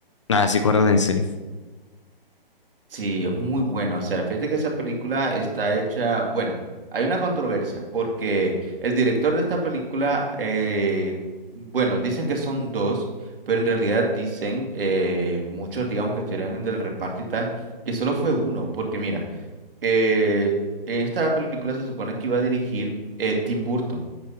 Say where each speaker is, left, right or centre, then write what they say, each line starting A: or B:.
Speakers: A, on the left; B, on the right.
A: Ah, sí, acuérdense.
B: Sí, es muy buena. O sea, fíjate que esa película está hecha, bueno, hay una controversia porque el director de esta película, eh, bueno, dicen que son dos, pero en realidad dicen eh, muchos, digamos, que estuvieron en el reparto y tal, que solo fue uno, porque mira, eh, en esta película se supone que iba a dirigir eh, Tim Burton